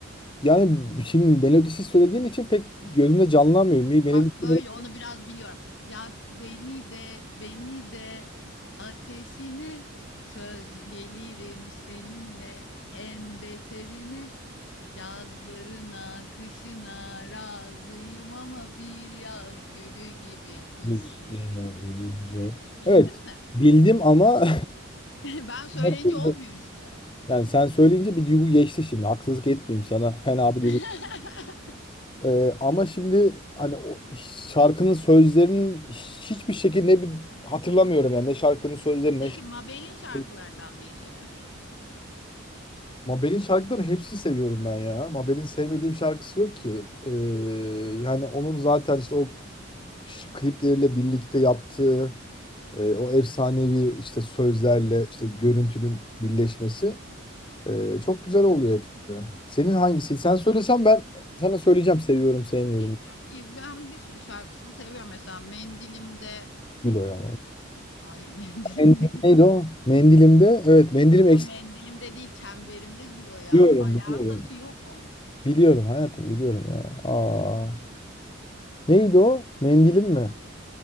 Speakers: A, on the left; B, on the left.
A: Yani şimdi melodisi söylediğin için pek gözümde canlanmıyor. Mi melodisi
B: Bak böyle
A: böyle
B: onu biraz biliyorum. Yak beni de beni de ateşine söz gelirim seninle en beterine. Yazlarına, kışına razıyım ama bir yaz gülü gibi hisli
A: Üstüne
B: ve ince.
A: deyince.
B: Bildin
A: Evet,
B: mi?
A: bildim ama
B: <laughs> Ben
A: <laughs>
B: söyleyince
A: nasıl
B: olmuyor işte.
A: yani sen söyleyince bir duygu geçti şimdi. Haksızlık etmeyeyim sana. Fena bir
B: <laughs>
A: duygu Ee, ama şimdi hani o şarkının sözlerinin hiçbir şekilde ne bir hatırlamıyorum yani ne şarkının sözlerini
B: Peki
A: ne
B: Mabel'in
A: şarkı-
B: şarkılarından neyi seviyorsun?
A: Mabel'in şarkılarını hepsini seviyorum ben ya. Mabel'in sevmediğim şarkısı yok ki. Ee, yani onun zaten işte o ş- klipleriyle birlikte yaptığı e, o efsanevi işte sözlerle işte görüntünün birleşmesi e, çok güzel oluyor
B: Evet.
A: hepsi de. Senin hangisi? Sen söylesen ben sana söyleyeceğim seviyorum sevmiyorum.
B: Bilmiyorum ki ben bir sürü şarkısını seviyorum. Mesela Mendilimde,
A: Bilo ya.
B: hayır <laughs> Mendilimde
A: Mendil
B: gül.
A: neydi o? Mendilimde. Evet mendilim
B: O
A: eksik.
B: Mendilimde değil, Çemberimde gül o ya.
A: Biliyorum
B: Alakası
A: biliyorum.
B: yok onun.
A: Biliyorum hayatım biliyorum ya. Aa, neydi o? Mendilim mi?